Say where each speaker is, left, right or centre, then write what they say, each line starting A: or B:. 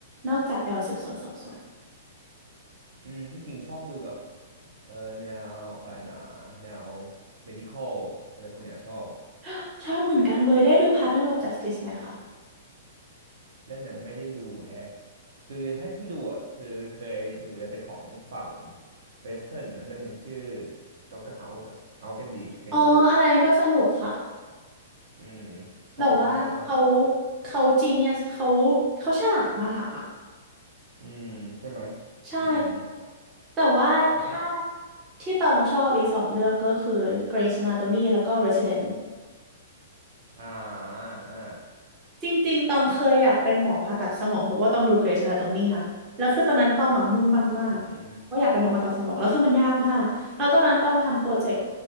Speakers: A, on the right; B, on the right.
A: นอกจากแนวสืบสวนสอบสวน
B: อืมที่จริงชอบดูแบบเออแนวอะไรนะแนว medical อะไรพวกเนี้ยชอบ
A: <gasps> ชอบเหมือนกันเลยได้ดู Partner of Justice ไหมคะ
B: เรื่องนั้นไม่ได้ดูแฮะคือถ้าที่ดูอ่ะคือเคยดูแต่เป็นของฝั่งเวสเทิร์น เรื่องหนึ่งชื่อด็อกเตอร์เฮาส์เฮาส์เอ็มดีเคยดูไหม
A: อ๋ออันนั้นก็สนุกค่ะ
B: อืมชอบมันชอบมาก
A: แบบว่าเขาเขาจีเนียสเขาเขาฉลาดมากอะ
B: อืมใช่ไหม
A: ใช่
B: อืม
A: แต่ว่าถ้า
B: แต่ถ้า
A: ที่ตองชอบอีกสองเรื่องก็คือ Grey's Anatomy แล้วก็ Resident
B: อ่าอ่า
A: จริงๆตองเคยอยากเป็นหมอผ่าตัดสมองเพราะว่าต้องดู Grey's Anatomy นะแล้วคือตอนนั้นตองอ่ะมุ่งมั่นมาก
B: อืม
A: ว่าอยากเป็นหมอผ่าตัดสมองแล้วคือมันยากมากแล้วตอนนั้นตองทำโปรเจกต์